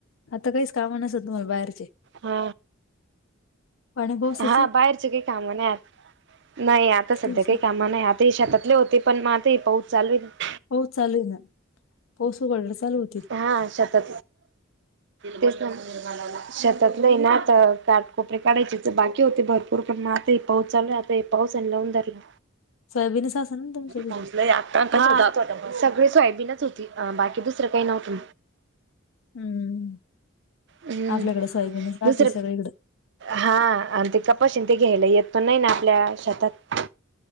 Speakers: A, on the left; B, on the right.
A: आता काहीच काम नसल तुम्हाला बाहेरचे
B: हा
A: पाण्या पावसाचे
B: हा बाहेरचे काही काम नाही आता नाही आता सध्या
A: तेच
B: काही
A: ना.
B: काम नाही आता ते शेतातल होते पण म हे पाऊस चालूल हे
A: पाऊस चालू आहे ना पाऊस उघडलं चालू होतील
B: हा शेतात तेच म्हणलं मला <unintelligible> शेतातलं हाय ना आता काठकोपर काढायचे त बाकी होते भरपूर पण म आता हे पाऊस चालु हे आता हे पाऊसाला लाऊन जाती का?
A: सोयाबीनच असेल ना तुमचं
B: पाऊस
A: बी
B: लय आला. पण तो जात होता ना. सगळी सोयाबीनच होती. बाकी दुसरं काही नव्हतं.
A: हम्म.
B: हम्म
A: आपल्याकडे सोयाबीनच राहते
B: दुसरं
A: सगळीकडं
B: हा आणि ते कप बशीन ते घ्यायला येत. पण नाही ना आपल्या शेतात